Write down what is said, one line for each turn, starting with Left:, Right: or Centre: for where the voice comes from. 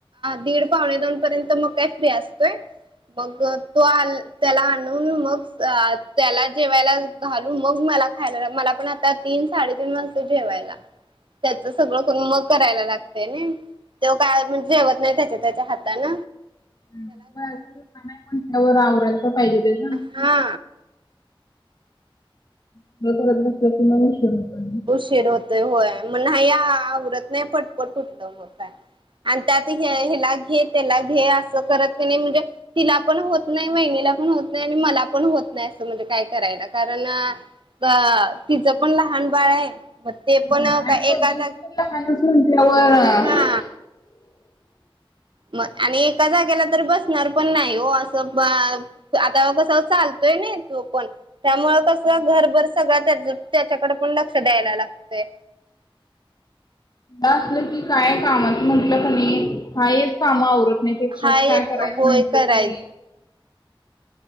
Right: दीड पावणे दोन पर्यंत मग काय फ्री असतोय मग तो आल त्याला आणून मग त्याला जेवायला घालून मग मला खायला मला पण ता, तीन साडे तीन वाज जेवायला, त्याच सगळं करून मग करायला घातलंय नी त्यो काय जेवत नाही त्याच्या त्याच्या हातान
Left: नाही पण लहान म्हटल्यावर आवरायला तर पाहिजे तेच
Right: हा
Left: <unintelligible>
Right: उशीर होतोय होय म नाही आवरत नाही पटपट कुटलं मग काय आणि त्यात हे ह्याला घे त्याला घे असं करत क नी म्हणजे तिला पण होत नाही वहिणीला पण होत नाही आणि मला पण होत नाही असं म्हणजे काय करायला कारण अ तिचं पण लहान बाळ आहे मग ते
Left: होय
Right: पण
Left: आणि
Right: का
Left: दोघींची
Right: एका जा
Left: पण लहानच म्हटल्यावर
Right: हा मग आणि एका जागेला तर बसणार पण नाही हो असं बा आता कस चालतोय नई तो पण त्यामु कसं घरभर सगळं त्याच त्याच्याकडे पण लक्ष द्यायला लागतंय
Left: असलं की काय कामाचं म्हंटलं कनी हाय हेच काम आवरत नाहीत एक्स्ट्राचं
Right: हा येत
Left: काय करायचं
Right: होय
Left: म्हटलं
Right: करायच
Left: की